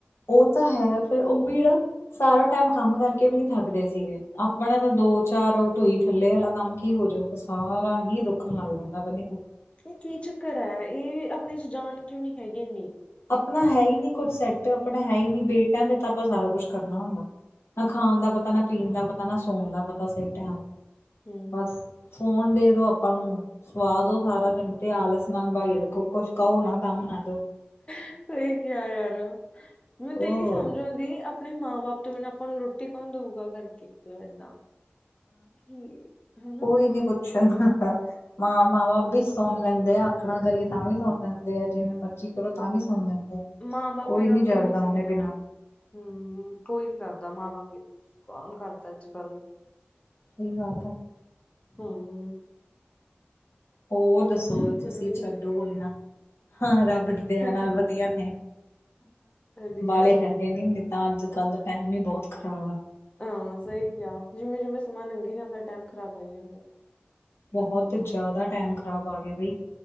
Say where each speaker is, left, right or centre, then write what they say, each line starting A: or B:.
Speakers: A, on the left; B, on the left.
A: ਉਹ ਤਾਂ ਹੈਂ। ਫ਼ਿਰ ਉਹ ਵੀ ਨਾ। ਸਾਰਾ ਟਾਈਮ ਕੰਮ ਕਰਕੇ ਵੀ ਨੀ ਥੱਕਦੇ ਸੀਗੇ ਆਪਣੇ ਤਾਂ ਦੋ ਚਾਰ ਟਢੂਈ ਥੱਲੇ ਵਾਲਾ ਕੰਮ ਕੀ ਹੋਜਓ ਸਾਰਾਂ ਹੀ ਦੁੱਖਣ ਲੱਗ ਜਾਂਦਾ। ਪਤਾ ਨੀਂ
B: ਇਹ ਕੀ ਚੱਕਰ ਹੈਂ। ਇਹ ਆਪਣੇਂ ਚ ਜਾਣ ਕਿਉਂ ਨੀਂ ਹੈਗੀ ਏਨੀਂ।
A: ਆਪਣਾ ਹੈ ਹੀ ਨੀ ਕੁੱਛ ਸੈੱਟ ਆਪਣਾ ਹੈ ਹੀ ਨੀ ਬੇ। ਟਾਇਮ ਦੇ ਤਾਂ ਆਪਾਂ ਸਾਰਾ ਕੁਛ ਕਰਨਾ ਹੁੰਦਾ। ਨਾ ਖਾਣ ਦਾ ਪਤਾ ਨਾ ਪੀਣ ਦਾ ਪਤਾ ਨਾ ਸੋਣ ਦਾ ਪਤਾ ਸਹੀ ਟਾਈਮ ਦਾ
B: ਹੂੰ।
A: ਬਸ ਫੋਨ ਦੇ ਦੋ ਆਪਾਂ ਨੂੰ ਸਵਾਦ ਉਹ ਸਾਰਾ ਦਿਨ ਤੇ ਆਲਸ ਨਾਲ ਬਾਈ ਰੱਖੋ। ਕੁਛ ਕਹੋ ਨਾ ਕੰਮ ਨਾ ਦੋ।
B: ਸਹੀ ਕਿਹਾ ਯਾਰ ਮੈਨੂੰ ਤਾਂ
A: ਹੋਰ
B: ਇਹ ਨੀ ਸਮਝ ਆਉਂਦੀ ਆਪਣੇ ਮਾਂ ਬਾਪ। ਤਿ ਨਾ ਆਪਾਂ ਨੂੰ ਰੋਟੀ ਕੌਣ ਦਊਗਾ ਕਰਕੇ ਮਤਲਬ ਏਦਾਂ। ਕਿ ਹਨਾ
A: ਕੋਈ ਨੀਂ ਪੁੱਛਣ ਵਾਲਾ। ਮਾਂ ਮਾਂ ਬਾਪ ਵੀ ਸੁਣ ਲੈਂਦੇ ਆਕੜਾ ਕਰੀਏ ਤਾਂ ਵੀ ਸੁਣ ਲੈਂਦੇ ਆ ਜਿਵੇਂ ਮਰਜ਼ੀ ਕਰੋ ਤਾਂ ਵੀ ਸੁਣ ਲੈਂਦੇ ਆ
B: ਮਾਂ ਬਾਪ। ਬਿਨਾਂ
A: ਜਰਦਾ
B: ਕੋਈ ਨੀ ਸੁਣਦਾ।
A: ਉਹਨੇ ਬਿਨਾਂ
B: ਹਮ ਕੋਈ ਨੀ ਕਰਦਾ ਮਾਂ ਬਾਪ ਦੀ ਕੌਣ ਕਰਦਾ ਅੱਜ ਕੱਲ।
A: ਸਹੀ ਬਾਤ ਹੈ।
B: ਹਾਂ
A: ਹੋਰ
B: ਨਹੀਂ
A: ਦੱਸੋ
B: ਫਿਰ
A: ਤੁਸੀਂ
B: ਵੀ
A: ਛੱਡੋ
B: ਠੀਕ
A: ਹੋ ਨਾ ਹਾਂ ਰੱਬ ਦੀ ਦਯਾ ਨਾਲ
B: ਹੈ।
A: ਵਧੀਆ ਨੇ।
B: ਇਹਦੀ
A: ਬਾਲੇ
B: ਹੈ
A: ਹੈਗੇ ਨੇ। ਨਹੀ ਤਾਂ ਅੱਜ਼ ਕੱਲ੍ਹ ਦਾ ਟੈਮ ਹੀ ਬਹੁਤ ਖ਼ਰਾਬ ਆ।
B: ਹਾਂ ਸਹੀ ਕਿਹਾ ਜਿਵੇਂ-ਜਿਵੇਂ ਸਮਾਂ ਲੰਘੀ ਜਾਂਦਾ ਟਾਈਮ ਖ਼ਰਾਬ ਆਈ ਜਾਂਦਾ
A: ਬਹੁਤ ਜ਼ਿਆਦਾ ਟੈਮ ਖ਼ਰਾਬ ਆ ਗਿਆਂ ਬਈ।